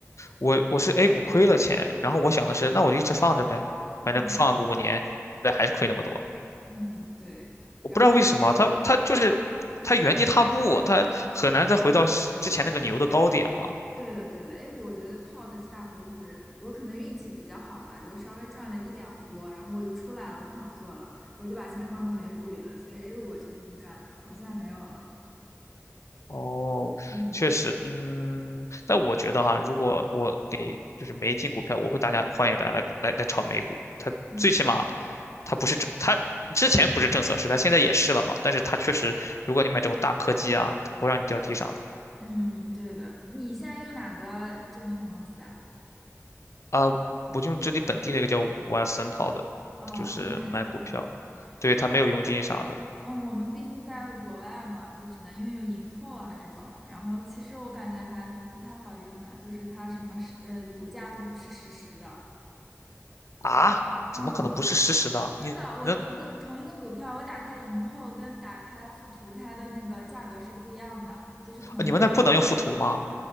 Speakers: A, on the left (about 70°); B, in the centre.
A: 我我是 A 股亏了钱，然后我想的是，那我就一直放着呗，
B: 嗯
A: 反正放个五年，对，还是亏那么多。
B: 嗯，对。
A: 我不知道为什么，
B: 然后，
A: 它它就是它原地踏步，它很难再回到之前那个牛的高点了。
B: 对的，对的，A 股我觉得套的是大多数人，我可能运气比较好吧，就稍微赚了一两波，然后我就出来了，我不想做了，我就把钱放到美股里了，所以 A 股我确实是赚的，我现在没有了。
A: 哦，
B: 嗯
A: 确实，嗯，但我觉得哈，如果我给就是没进股票，我会大家欢迎大家来来来炒美股。它最起码，
B: 嗯。
A: 它不是政，它之前不是政策时代，现在也是了嘛。但是它确实，如果你买这种大科技啊，它不让你掉地上的
B: 嗯，对的。你现在用哪个证券公司啊？
A: 啊。我就用这里本地的一个叫 w a s o n 跑的，
B: 哦，
A: 就是买股票，
B: 应该挺好的，
A: 对，
B: 因为嗯，
A: 它没有佣金啥的
B: 哦我们毕竟在国外嘛，就只能用用盈透啊这种。然后其实我感觉还不太好用呢，就是它什么是呃股价都不是实时的。
A: 啊？
B: 嗯，
A: 怎么可能不是实时的？你能
B: 真的，我一个同一个股票，我打开盈透跟打开富途，它的那个价格是不一样的，就是同一个
A: 啊你们那儿不能用附图吗？